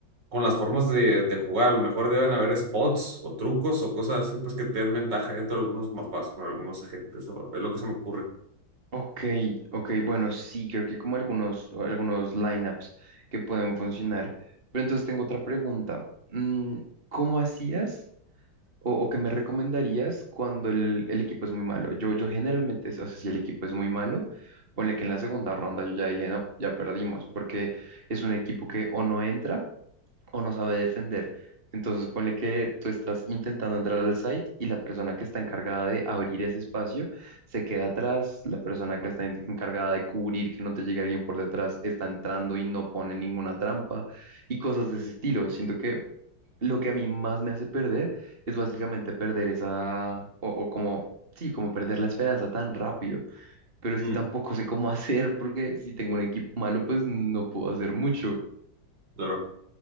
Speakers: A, on the right (about 60°); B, on the right (about 30°).
A: con las formas de, de jugar, a lo mejor deben haber spots o trucos o cosas así, pues que te den ventaja dentro de algunos mapas con algunos agentes, o- es lo que se me ocurre.
B: Ok, ok, bueno, sí, creo que como algunos, algunos lineups que pueden funcionar. Pero entonces tengo otra pregunta. Mm, ¿Cómo hacías o, o qué me recomendarías cuando el, el equipo es muy malo? Yo, yo generalmente, o sea, si el equipo es muy malo, ponle que en la segunda ronda yo ya dije, no, ya perdimos, porque es un equipo que o no entra o no sabe defender. Entonces, ponle que tú estás intentando entrar al site y la persona que está encargada de abrir ese espacio se queda atrás, la persona que está en- encargada de cubrir que no te llegue alguien por detrás está entrando y no pone ninguna trampa y cosas de ese estilo. Siento que lo que a mí más me hace perder es básicamente perder esa, o, o como, sí, como perder la esperanza tan rápido. Pero
A: Mm,
B: es que tampoco sé cómo <laughs> hacer porque si tengo un equipo malo, pues no puedo hacer mucho.
A: claro.